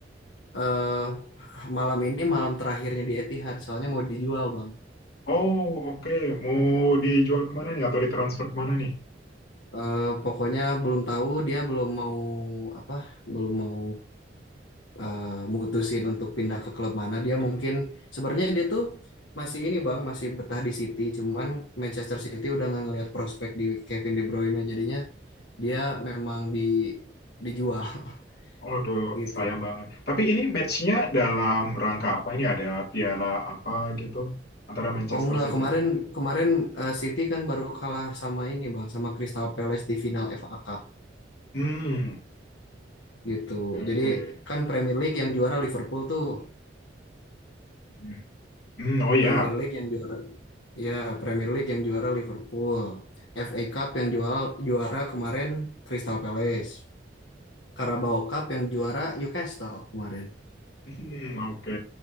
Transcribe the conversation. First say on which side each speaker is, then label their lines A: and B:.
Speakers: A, on the left; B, on the left.
A: eh malam ini malam terakhirnya di Etihad soalnya mau dijual Bang.
B: Oh, oke. Mau dijual kemana nih atau ditransfer kemana nih?
A: Eh, pokoknya belum tahu dia belum mau apa belum mau eh, mutusin untuk pindah ke klub mana dia mungkin sebenarnya dia tuh masih ini Bang masih betah di City cuman Manchester City udah nggak ngelihat prospek di Kevin De Bruyne jadinya dia memang di dijual
B: Aduh,
A: <laughs> gitu
B: sayang banget. Tapi ini matchnya dalam rangka apa? Ini ada piala apa gitu antara Manchester
A: Oh enggak
B: City
A: kemarin
B: nih?
A: kemarin eh, City kan baru kalah sama ini Bang sama Crystal Palace di final FA Cup
B: Hmm,
A: gitu
B: oke.
A: jadi
B: oke.
A: kan Premier League yang juara Liverpool tuh
B: Hmm, hmm, oh ya.
A: Premier League yang juara Ya, Premier League yang juara Liverpool. FA Cup yang juara juara kemarin Crystal Palace. Carabao Cup yang juara Newcastle kemarin.
B: Hmm, oke.